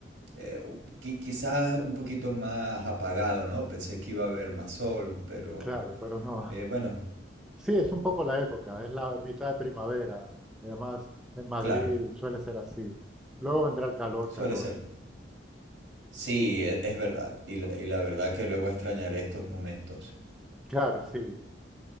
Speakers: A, on the right; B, in the centre.
A: eh, u- qui- quizás un poquito más apagado, ¿no? Pensé que iba a haber más sol, pero
B: Claro, pero no.
A: eh,
B: <laughs>
A: bueno,
B: Sí, es un poco la época, es la mitad de primavera. Además, en Madrid
A: claro,
B: suele ser así. Luego vendrá el calor,
A: suele
B: calor.
A: ser. Sí, e- es, verdad. Y la, y la verdad que luego extrañaré estos momentos.
B: Claro, sí,